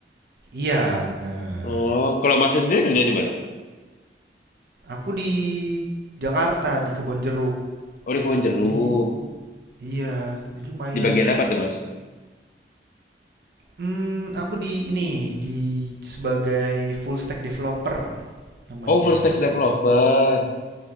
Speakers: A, on the right (about 60°); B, on the left (about 45°).
A: iya bener
B: Oh kalau Mas sendiri kerja di mana?
A: aku di Jakarta di Kebonjeruk
B: Oh di Kebon Jeruk.
A: jadi iya jadi lumayan
B: Di bagian apa tuh Mas?
A: hmm aku di ini di sebagai full stack developer namanya
B: Oh full stack developer.
A: Di-